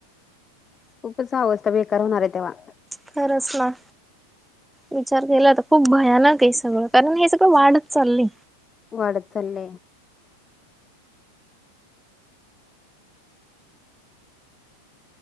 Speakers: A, on the left; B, in the centre.
A: खूपच अवस्थ बेकार होणार आहे तेव्हा.
B: खरच ना. विचार केला तर खूप भयानक आहे सगळं कारण हे सगळं वाढच चालय.
A: वाढत चलेय.